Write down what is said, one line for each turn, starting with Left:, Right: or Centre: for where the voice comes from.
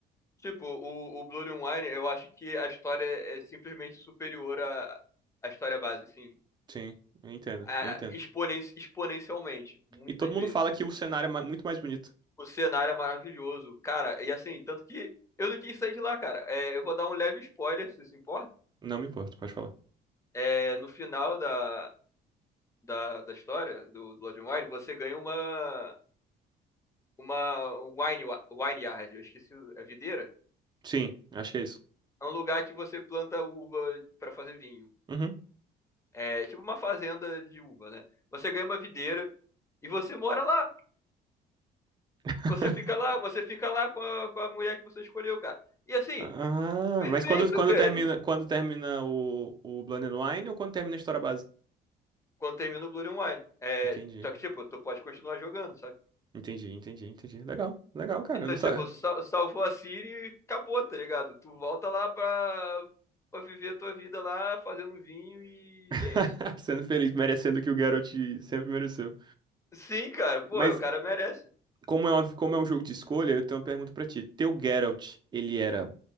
Left: Tipo, o, o Blood and Wine, eu acho que a história é é simplesmente superior à, à história base, assim.
Right: Sim, eu entendo,
Left: ah,
Right: eu entendo.
Left: exponen- exponencialmente, muitas
Right: E todo mundo
Left: vezes.
Right: fala que o cenário é ma- muito mais bonito.
Left: O cenário é maravilhoso, cara. E assim, tanto que eu não quis sair de lá, cara. É, eu vou dar um leve spoiler, se você se importa.
Right: Não me importo, pode falar.
Left: É, no final da, da, da história do Blood and Wine, você ganha uma uma wine, wa- wine yard, eu esqueci o- a videira.
Right: Sim, acho que é isso.
Left: É um lugar que você planta uva pra fazer vinho.
Right: Uhum.
Left: É é tipo uma fazenda de uva, né? Você ganha uma videira e você mora lá.
Right: <laughs>
Left: Você fica lá, você fica lá com a, com a mulher que você escolheu, cara. E assim,
Right: Ah,
Left: Perfeito,
Right: mas quando, quando
Left: velho.
Right: termina, quando termina o, o Blood and Wine ou quando termina a história base?
Left: Quando termina o Blood and Wine. É,
Right: Entendi,
Left: só que, tipo, tu pode continuar jogando, sabe?
Right: entendi, entendi, entendi. Legal, legal, cara.
Left: Então,
Right: Eu não sabia.
Left: tipo, sal- salvou a Ciri e acabou, tá ligado? Tu volta lá pra, pra viver a tua vida lá, fazendo vinho e...
Right: <laughs>
Left: e é isso.
Right: Sendo feliz, merecendo o que o Geralt sempre mereceu.
Left: Sim, cara, pô,
Right: Mas
Left: o cara merece.
Right: Como é, uma- como é um jogo de escolha, eu tenho uma pergunta pra ti. Teu Geralt, ele era